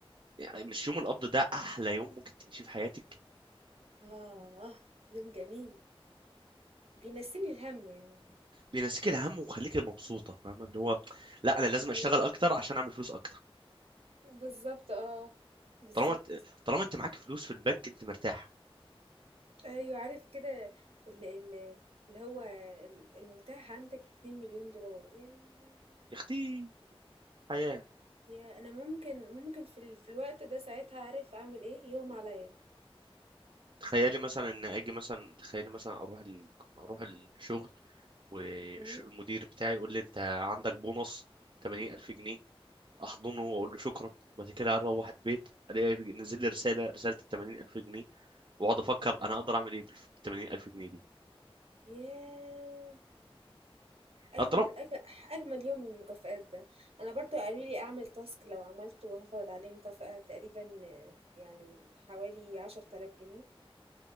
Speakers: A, on the right; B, on the right.
A: يعني مش يوم القبض ده احلى يوم ممكن تعيشيه في حياتك
B: اه يوم جميل بينسيني الهم يعني
A: بينسيك الهم ويخليك مبسوطه فاهمه اللي هو لا انا لازم
B: ايوه
A: اشتغل اكتر عشان اعمل فلوس اكتر
B: بالظبط اه بالظبط
A: طالما انت طالما انت معاك فلوس في البنك انت مرتاح
B: ايوه عارف كده اللي, اللي هو المتاح عندك 2 مليون دولار ياه
A: يا اختي حياه
B: يا انا ممكن ممكن في ال... في الوقت ده ساعتها عارف اعمل ايه يوم عليا
A: تخيلي مثلا ان اجي مثلا تخيلي مثلا اروح ال... اروح الشغل والمدير
B: امم
A: بتاعي يقول لي انت عندك بونص 80 الف جنيه احضنه واقول له شكرا وبعد كده اروح البيت الاقي في- نزل لي رساله رساله ال 80 الف جنيه واقعد افكر انا اقدر اعمل ايه بال 80 الف جنيه دي
B: ياه اجمل
A: اطلع
B: أج... اجمل يوم من المكافآت ده انا برضو قالوا لي اعمل تاسك لو عملته هاخد عليه مكافأة تقريبا آه، يعني حوالي عشرة آلاف جنيه